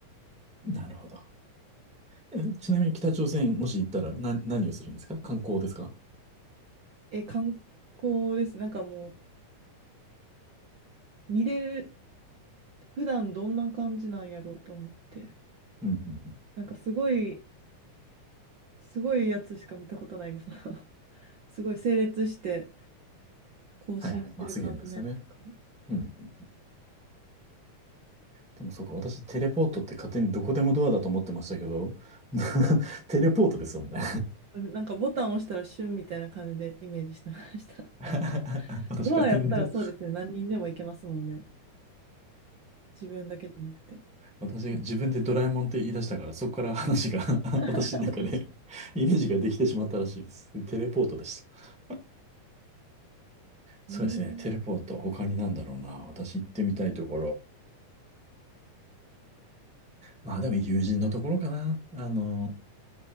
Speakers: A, in the centre; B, on the right.
A: なるほど。えちなみに北朝鮮もし行ったらな、何をするんですか観光ですか
B: え、観光です。なんかもう、見れる、普段どんな感じなんやろうと思って。
A: うんうんうん。
B: なんかすごい、すごいやつしか見たことないです。<laughs> すごい整列して更新してる感じのやつとか。
A: はいはい。マスゲームですよね。うんうん。でもそうか、私テレポートって勝手にどこでもドアだと思ってましたけど、<laughs> テレポートですよね。
B: なんかボタン押したらシュンみたいな感じでイメージしてました。
A: <laughs>
B: <laughs>
A: 私が天ど、
B: ドアやったらそうですね。何人でも行けますもんね。自分だけじゃなくて。
A: 私が自分でドラえもんって言い出したから、そこから話が <laughs> 私の中で
B: あ <laughs> 確か
A: <laughs> イメージができてしまったらしいです。テレポートでした。
B: に。
A: そうですね、
B: えー、
A: テレポート。他になんだろうな。私行ってみたいところ。まあでも友人のところかな。あの、